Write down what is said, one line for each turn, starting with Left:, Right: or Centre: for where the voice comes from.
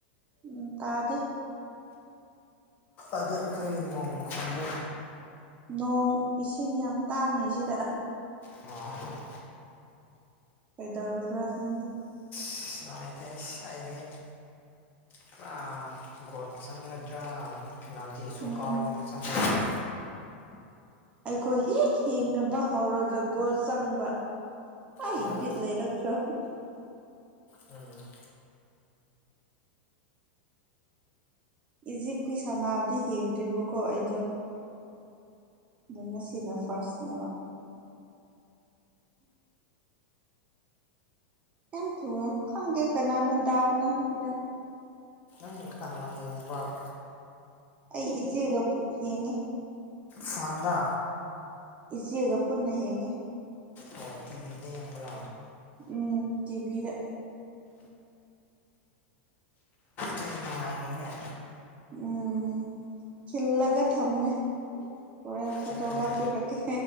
Right: ꯎꯝ ꯇꯥꯗꯦ
Left: ꯑꯗ ꯑꯈꯣꯏꯒꯤ ꯅꯣꯡ ꯃꯈꯣꯟꯗꯨ
Right: ꯅꯣꯡ ꯏꯁꯤꯡ ꯌꯥꯝ ꯇꯥꯡꯉꯦ ꯁꯤꯗ
Left: ꯑꯣ ꯍꯣ
Right: ꯀꯩ ꯗꯧꯔꯕ꯭ꯔꯥ ꯈꯪꯗꯦ
Left: ꯏꯁ ꯑꯩꯗꯤ ꯄꯨꯔꯥ ꯒꯣꯜ ꯆꯪꯒꯗ꯭ꯔꯥ ꯐꯤꯅꯥꯜꯇꯤꯁꯨ
Right: ꯎꯝ
Left: ꯀꯥꯎ ꯆꯪꯗ꯭ꯔꯦ
Right: ꯑꯩꯈꯣꯏ ꯍꯦꯛ ꯌꯦꯡꯉꯕ ꯍꯧꯔꯒ ꯒꯣꯜ ꯆꯪꯕ ꯑꯩ
Left: ꯍꯣꯏ
Right: ꯕꯤꯠ ꯂꯩꯔꯛꯇ꯭ꯔꯣ
Left: ꯎꯝ
Right: ꯏꯖꯤꯞꯀꯤ ꯁꯅꯥꯕꯗꯤ ꯍꯦꯡꯗ꯭ꯔꯤꯕꯀꯣ ꯑꯩꯗꯣ ꯕꯨꯡꯉꯣꯁꯤꯅ ꯐꯥꯔꯁꯅ‌ꯦꯕ ꯌꯥꯝ ꯊꯨꯏꯋꯦ ꯈꯪꯗꯦ ꯀꯅꯥꯅ ꯗꯥꯎꯅ ꯍꯨꯔꯦꯟ
Left: ꯎꯝ ꯀꯅꯥ ꯌꯦꯡꯕꯅꯣ
Right: ꯑꯩ ꯏꯆꯦꯒ ꯌꯦꯡꯉ‌ꯦ
Left: ꯐꯣꯟꯗ
Right: ꯏꯆꯦꯒ ꯄꯨꯟꯅ ꯌꯦꯡꯉꯦ
Left: ꯑꯣ ꯇꯤꯚꯤꯗ ꯌꯦꯡꯕ꯭ꯔꯥ
Right: ꯎꯝ ꯇꯤꯚꯤꯗ
Left: ꯅꯨꯡꯉꯥꯏꯅꯤꯅꯦ
Right: ꯎꯝ ꯈꯤꯜꯂꯒ ꯊꯝꯃꯦ ꯍꯣꯔꯦꯟ ꯐꯣꯇꯣ
Left: ꯈꯤꯜꯂꯒ
Right: ꯀꯥꯞꯄꯤꯔꯛꯀꯦ